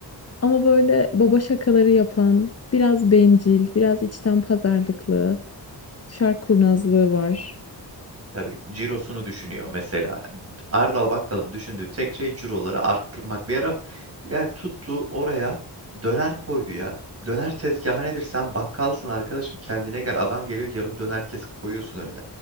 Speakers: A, on the left; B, on the right.
A: Ama böyle baba şakaları yapan, biraz bencil, biraz içten pazarlıklı, şark kurnazlığı var.
B: Tabii cirosunu düşünüyor mesela. Erdal Bakkal'ın düşündüğü tek şey ciroları arttırmak. Bir ara Ya tuttu oraya döner koydu ya. Döner tezgahı nedir? Sen bakkalsın arkadaşım. Kendine gel. Adam geliyor yarım döner kesip koyuyorsun önüne.